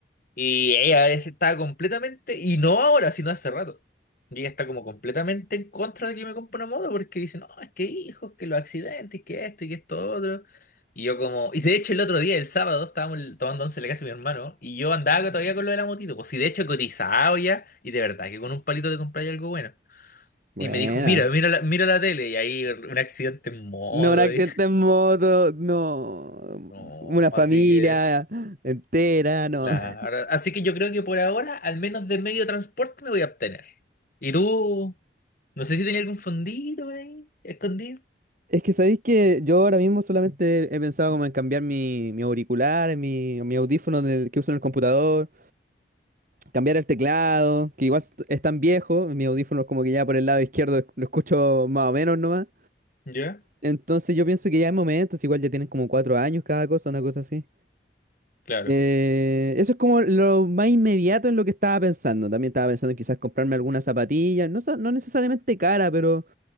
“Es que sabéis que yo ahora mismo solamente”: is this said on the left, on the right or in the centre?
Right